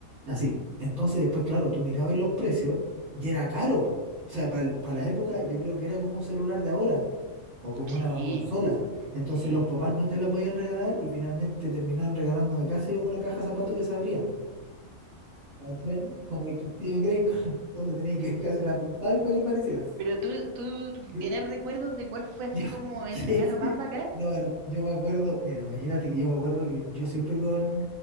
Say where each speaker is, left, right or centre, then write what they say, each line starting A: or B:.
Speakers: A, on the right; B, on the right.
A: así. Entonces después, claro, tú mirabas los precios y era caro, po. O sea, para la época yo creo que era como un celular de ahora o como
B: Sí,
A: una consola. Entonces
B: sí.
A: los papás no te la podían regalar y finalmente terminaban regalándome casi una caja de zapatos que se abría, weón. ¿Cachai? Como el castillo de Grayskull. <laughs> Entonces tenía que casi la pintar para que pareciera.
B: Pero tú, tú
A: Yo,
B: tienes recuerdos de cuál fue así
A: Yo-
B: como
A: <laughs>
B: el
A: sí,
B: regalo
A: sí.
B: más bacán,
A: No, pero yo me acuerdo, mira, imagínate que yo me acuerdo que yo siempre con